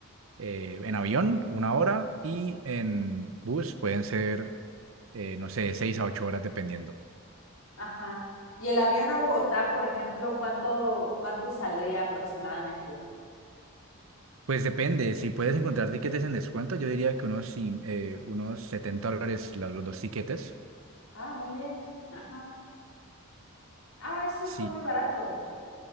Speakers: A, on the right (about 70°); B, on the left (about 75°).
A: eh, en avión una hora y en bus pueden ser eh, no sé, 6 a 8 horas dependiendo.
B: ajá. ¿Y el avión a Bogotá, por ejemplo, cuánto, cuánto saldría aproximadamente?
A: Pues depende, si puedes encontrar tiquetes en descuento, yo diría que unos, sí, eh, unos 70 dólares la- los dos tiquetes.
B: Ah, muy bien. Ajá. Ah, eso
A: Sí,
B: está muy barato.